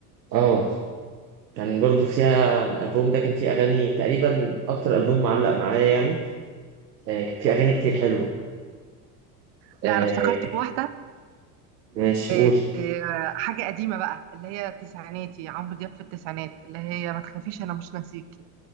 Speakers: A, on the right; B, on the right.
A: اه كان برضو فيها الألبوم ده كان فيه أغاني تقريبا أكتر ألبوم معلق معايا يعني آه كان فيه أغاني كتير حلوة
B: لا
A: آه
B: انا افتكرت
A: كانت-
B: واحدة
A: ماشي
B: آه،
A: قول
B: آه، حاجة قديمة بقى اللي هي تسعيناتي عمرو دياب في التسعينات اللي هي ما تخافيش انا مش ناسيكي